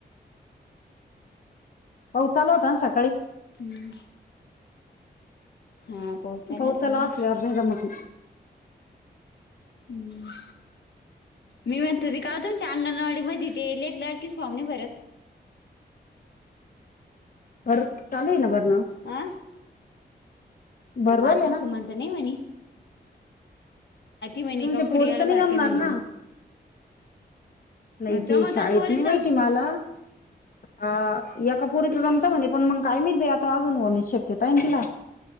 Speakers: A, on the left; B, on the left.
A: हो चालू होता ना सकाळी
B: हम्म हा पाऊस चालू
A: पाऊचाला
B: होता ना.
A: असल्यावर नाही जमत
B: हम्म मी म्हणतो ते का तुमच्या अंगणवाडी मध्ये तेले एक लडकीस फवणे भरत
A: बर चालू आहे ना बरणं
B: आं
A: भरवल
B: मालतीी
A: आहे ना
B: सुमत नाही म्हणेणी म्हणे
A: तुमच्या
B: का कुडियाला
A: पोरीच नाही
B: भरते
A: जमणार
B: म्हणे
A: ना
B: तू.
A: नाही
B: जमत
A: ते शाळेत
B: ना पोरीचं.
A: नाही माहिती मला अ
B: हा.
A: या कपोरीत जमता म्हणे पण मग काय मच भ आता अजून होण्या शक्यता आहे ना तिला